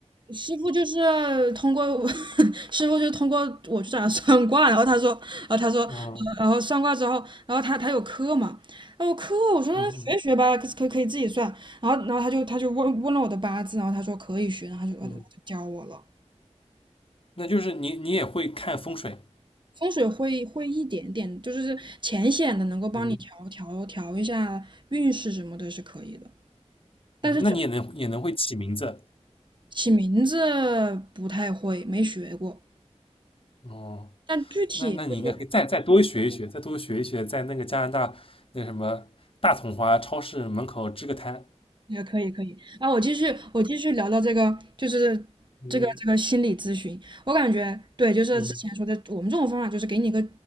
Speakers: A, on the right; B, on the left.
A: 师傅就是通过 <laughs> 师傅就是通过我去找他算卦，然后他说，然后他说，呃然后算卦之后，
B: 嗯
A: 然后他他有课嘛，他后课我说学一学吧，
B: 嗯嗯，
A: 可可可以自己算，然后然后他就他就问问了我的八字，然后他说可以学，然后他就他就教我了。
B: 嗯那就是你你也会看风水。
A: 风水会会一点点，就是浅显的能够帮你调调调一下运势什么的，
B: 嗯，
A: 是可以的。但是只
B: 嗯那你也能也能会起名字
A: 起名字不太会，没学过。
B: 哦。
A: 但具体就是
B: 那那你应该可以再再多学一学，再多学一学，在那个加拿大那什么大统华超市门口支个摊。
A: 也可以可以啊，我继续我继续聊到这个，就是
B: 嗯
A: 这个这个心理咨询，我感觉对，就是之前说的，
B: 嗯
A: 我们这种方法就是给你一个